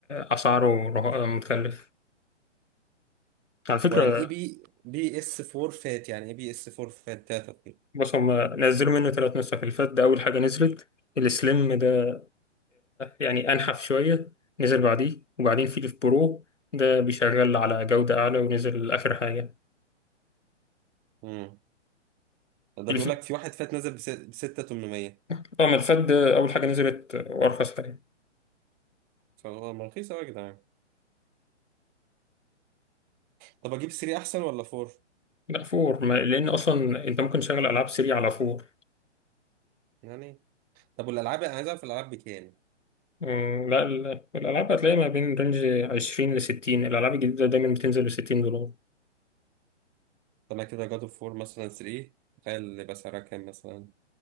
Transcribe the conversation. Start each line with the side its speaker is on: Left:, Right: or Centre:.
Left: اسعاره رها- متكلف على فكرة
Right: ويعني ايه بي بي اس 4 فات يعني ايه بي اس 4 فات داتا
Left: بص هم نزلوا منه ثلاث نسخ اللي فات ده اول حاجة نزلت السليم ده يعني أنحف شوية نزل بعديه وبعدين في الف برو ده بيشغل على جودة أعلى ونزل آخر حاجة
Right: امم ده
Left: الف...
Right: بيقول لك في واحد فات نزل ب 6800
Left: اه ما الفات ده أول حاجة نزلت وأرخص حاجة
Right: فهو ما رخيص قوي يا جدعان طب اجيب 3 احسن ولا 4
Left: لا فور ما... لأن أصلا أنت ممكن تشغل ألعاب سريع على فور
Right: يعني طب والالعاب انا عايز اعرف الالعاب بكام
Left: مم، لا ال- الألعاب هتلاقيها ما بين رينج عشرين لستين الألعاب الجديدة دايما بتنزل بستين دولار
Right: طلع كده جاد اوف وور مثلا 3 تخيل يبقى سعرها كام مثلا